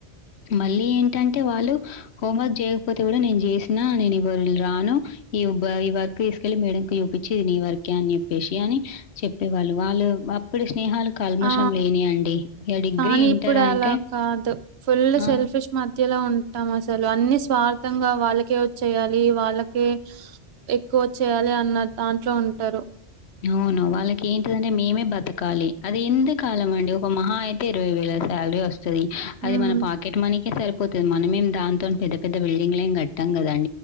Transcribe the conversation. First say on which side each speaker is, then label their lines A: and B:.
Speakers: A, on the left; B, on the right.
A: మళ్ళీ ఏంటం టే వాళ్ళు హోంవర్క్ చేయకపో పోతే కూడా నేను చేసినా నేను ఇవాళ రాను ఈ ఈ వర్క్ తీసుకెళ్ళి మేడం చూపించి నీ వర్క్ అని చెప్పేసి అని చెప్పేవాళ్ళు వాళ్ళు అప్పుడు స్నేహాలు కల్మషం
B: ఆ
A: లేని అండి డిగ్రీ
B: కానీ
A: ఇంటర్
B: ఇప్పుడు
A: అంటే
B: అలా కాదు ఫుల్
A: ఆ!
B: సెల్ఫిష్ మధ్యలో ఉంటాం అసలు అన్ని స్వార్థంగా వాళ్ళకే వచ్చేయాలి వాళ్ళకే ఎక్కువ చేయాలి అన్నా దాంట్లో ఉంటారు
A: అవును వాళ్ళకి ఏంటిదంటే మేమే బతకాలి అది ఎందు కాలం అండి ఒక మహా అయితే ఇరవై వేల సాలరీ వస్తది
B: హ్మ్
A: అది మన పాకెట్ మనీ కే సరి పోతది మనమేం దాంతో పెద్ద పెద్ద బిల్డింగ్ ఏం కట్టాం కదా